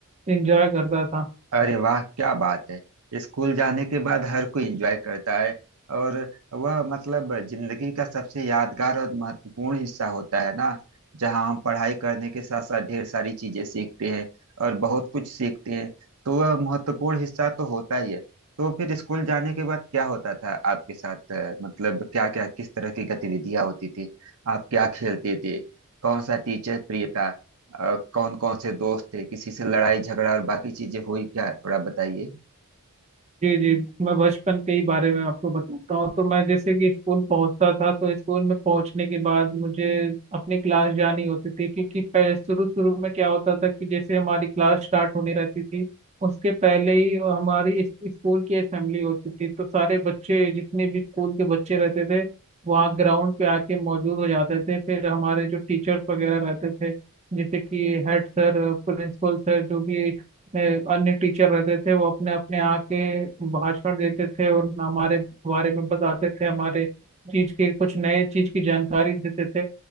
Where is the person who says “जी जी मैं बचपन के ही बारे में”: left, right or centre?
Right